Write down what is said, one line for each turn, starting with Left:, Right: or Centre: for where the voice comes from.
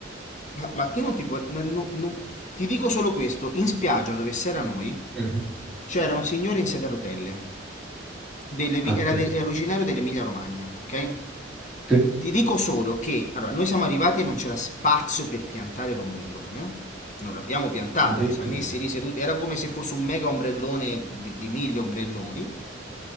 Left: Ma, ma te non ti puoi... ma no- non- Ti dico solo questo, in spiaggia dove si era noi
Centre: Mhm.
Left: c'era un signore in sedia a rotelle, delle-
Centre: Ok.
Left: era, de- era originario dell'Emilia Romagna, ok?
Centre: Sì,
Left: Ti dico solo che, allora, noi siamo arrivati e non c'era spazio per piantare l'ombrellone, non l'abbiamo piantato,
Centre: addirittura.
Left: ci siamo messi lì seduti, era come se fosse un mega ombrellone di, di mille ombrelloni.